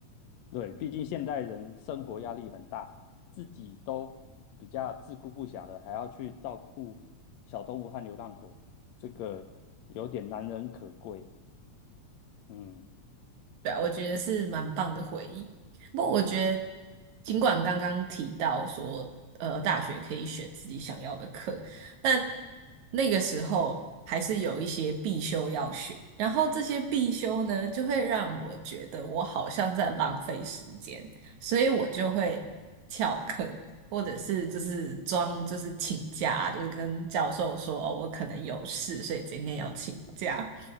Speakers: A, on the left (about 75°); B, on the right (about 75°).
A: 对，毕竟现代人生活压力很大，自己都比较自顾不暇的，还要去照顾小动物和流浪狗，这个有点难能可贵。嗯。
B: 对啊，我觉得是蛮棒的回忆。不过我觉得，尽管刚刚提到说，呃，大学可以选自己想要的课，但那个时候还是有一些必修要选。然后这些必修呢，就会让我觉得我好像在浪费时间，所以我就会翘课，或者是就是装就是请假，就是跟教授说，哦，我可能有事，所以今天要请假。